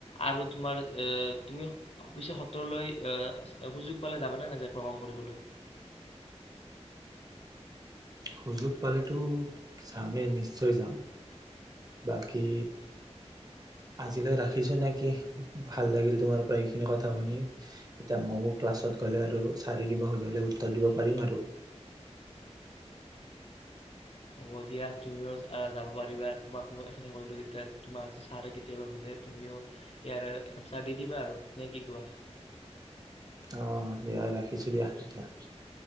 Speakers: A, on the left (about 60°); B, on the right (about 35°).
A: আৰু তোমাৰ এ তুমি অ পিছে সত্ৰলৈ আহ' সুযোগ পালে যাবানে নে যে ভ্ৰমণ কৰিবলৈ।
B: সুযোগ পালেতো যামেই নিশ্চয় যাম। বাকী আজিলৈ ৰাখিছোঁ নেকি ভাল লাগিল। তোমাৰ পৰা এইখিনি কথা শুনি এতিয়া ময়ো ক্লাছত গ'লে আৰু ছাৰে কিবা সুধে উত্তৰ দিব পাৰিম আৰু।
A: হ'ব দিয়া, তুমিও যাব পাৰিবা তোমাক ম এইখিনে কলোঁ যেতিয়া তোমাক ছাৰে কেতিয়াবা, সোধে তুমিও ইয়াৰে এনঞ্চাৰ দি দিবা আৰু নে কি কোৱা।
B: অঁ দিয়া ৰাখিছোঁ দিয়া তেতিয়া।